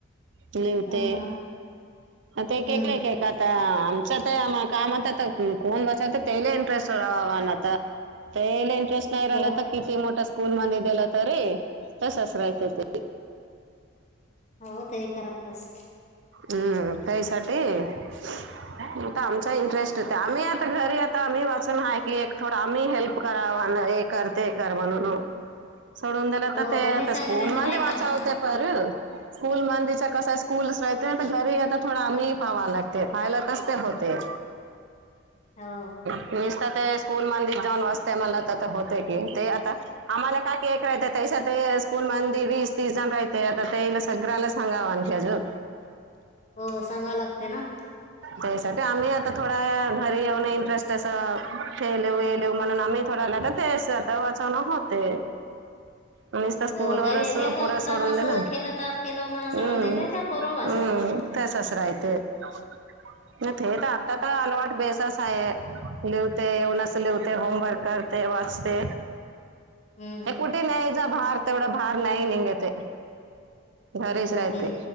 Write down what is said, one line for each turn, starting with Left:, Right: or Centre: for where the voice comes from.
Right: लिव
Left: अ,
Right: ते
Left: हं.
Right: ते <inaudible>
Left: हं.
Right: केकले <inaudible> आमच्या तर आ कामात. कोण बचव तेले इंटरेस्ट <inaudible> नात तेलाले इंटरेस्ट <inaudible> नाहीहिला
Left: हो
Right: तर किती मोठा स्कूल मध्ये दिलं तरी त ससरा येतेत.
Left: हो ते करराक्टस
Right: हम्म, त्यायसाठीता आमचा इंटरेस्ट होते. आम्ही आ आता घरी आता आम्ही वाचून आहे. की एक थोडं आम्ही हेल्प करा करते कर म्हणून. सोडून दला
Left: हो
Right: तर
Left: आम्ही
Right: ते
Left: सांगे
Right: स्कूल
Left: नाही
Right: मध
Left: तर नाही
Right: वाचा
Left: करत
Right: होते.
Left: ना
Right: <inaudible> ख स्कूल मंदिच्या कस स्कूलच राहतय तर घरी यता थोडं आम्ही पाहावा लागतो. ते पायला कसते होते.
Left: हा.
Right: मीस तर ते स्कूल मंद जाऊन वासते मला तर ते होते की ते आता आम्हाला का एक राहतं त्याच्या स्कूल मंदी वीस, तीस जण राहते. आता त्याला सगळ्याला हांगावा न क आजू.
Left: हो सांगा लागते ना
Right: त्यासाठी आम्ही आता थोडा घरी येऊन इंटरेस्ट तसं खेळलू येलू म्हणून, आम्ही थोडा लाटत. <inaudible> आता वाचवण होते. नुसत स्कूल
Left: हो
Right: वरच
Left: घरी आले का
Right: पुरं सोडून
Left: काम असं
Right: दिलं
Left: खेलतात खेल मन सडवून
Right: हम्म
Left: दिले त्या पोरव वाचवत
Right: हम्म
Left: नाही.
Right: तसच राहते <inaudible> ते <inaudible> तर आता तर अलवाट बेसस आहे. लिवते, येवून असं लिवते, होमवर्क करते, वाचते.
Left: हम्म
Right: ते कुठे न्यायचा बाह, र तेवढा बाहर नाही निगंते. घरीच राहते,
Left: ओके